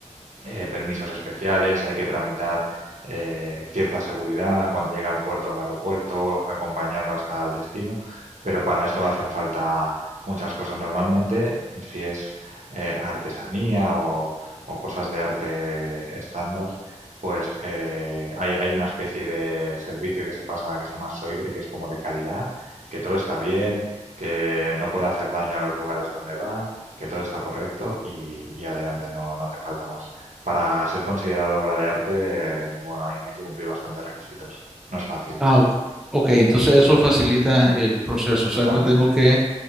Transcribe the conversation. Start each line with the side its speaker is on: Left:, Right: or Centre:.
Right: eh, permisos especiales, hay que tramitar eh, cierta seguridad cuando llega al puerto, al aeropuerto, acompañarlo hasta el destino, pero para eso hacen falta muchas cosas. Normalmente, si es eh, artesanía o, o cosas de arte estándar, pues eh, hay, hay una especie de servicio que se pasa que se llama Soibre, que es como de calidad, que todo está bien, que no puede hacer daño a los lugares donde va, que todo está correcto y, y adelante, no, no hace falta más. Para ser considerado obra de arte, eh, bueno, hay, hay que cumplir bastantes requisitos. No es fácil,
Centre: Ah, ok, Ok, entonces eso facilita el proceso, o
Right: totalmente.
Centre: sea, no tengo que